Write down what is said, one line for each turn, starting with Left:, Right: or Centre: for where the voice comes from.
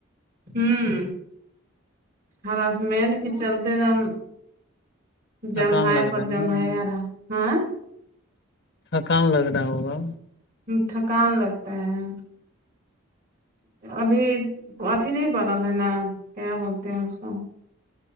Right: ہوں ہرسمٹ کی چلتے تھا ہم جمائے
Left: تھکان لگ
Right: پہ
Left: رہا ہے
Right: جمائے
Left: نا
Right: یارا ہاں
Left: تھکان لگ رہا ہوگا
Right: تھکان لگتا ہے ابھی اھی نہیں بنل ہے نا کیا بولتے ہیں اس کو